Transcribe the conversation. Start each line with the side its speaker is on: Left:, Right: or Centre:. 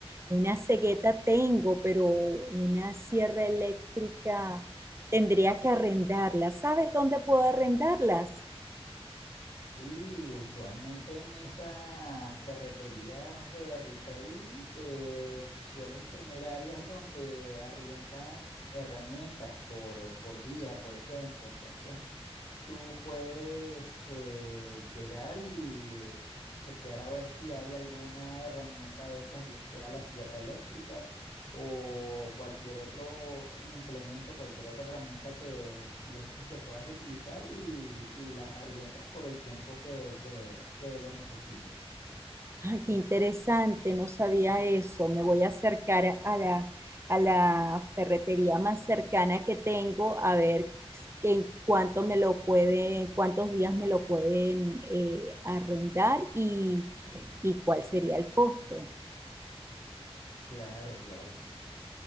Right: Una cegueta tengo, pero una sierra eléctrica tendría que arrendarla. ¿Sabes dónde puedo arrendarlas?
Left: Sí, usualmente en esas ferreterías de retail eh, suelen tener áreas donde arriendan herramientas por, por día, por ejemplo. Entonces, tú puedes eh, llegar y chequear a ver si hay alguna herramienta de estas, bien sea la sierra eléctrica o cualquier otro implemento, cualquier otra herramienta que pienses que puedas utilizar y, y las arriendas por el tiempo que, que que lo necesites.
Right: Ah, qué interesante, no sabía eso. Me voy a acercar a a la, a la ferretería más cercana que tengo a ver que en cuánto me lo pueden, cuántos días me lo pueden eh, arrendar y, y cuál sería el costo.
Left: Claro, claro.